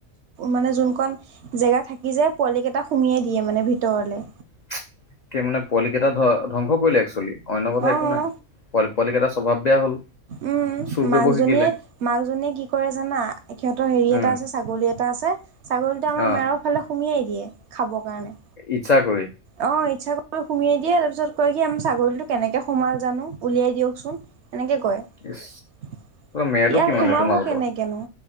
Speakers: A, on the right (about 65°); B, on the left (about 65°).
A: মানে যোনখন জেগা থাকি যায়, পোৱালি কেইটা সুমিয়াই দিয়ে মানে ভিতৰলে।
B: <inaudible> মানে পোৱালি কেইটা ধ ধ্বংস কৰিলে এক্চলি। অন্য কথা
A: অ
B: একো নাই। পোৱা পোৱালি কেইটা স্বভাৱ বেয়া হ'ল।
A: উম,
B: চুৰ
A: মাকজনীয়ে
B: কৰিব শিকিলে
A: মাকজনীয়ে কি কৰে জানা? সিহঁতৰ হেৰি
B: উম
A: এটা আছে, ছাগলী এটা আছে। ছাগলীটো আমাৰ
B: অ
A: মেৰৰ ফালে সুমিয়াই দিয়ে খাবৰ কাৰণে।
B: ইচ্ছা কৰি
A: অ ইচ্ছা কৰি সুমিয়াই দিয়ে তাৰপিছত কয় কি ছাগলীটো কেনেকে সোমাল জানো? উলিয়াই দিয়কচোন এনেকে কয়। ইয়াত
B: ইচ মেৰটো কিমান
A: সোমাব
B: দূৰ তোমালোকৰ
A: কেনেকেনো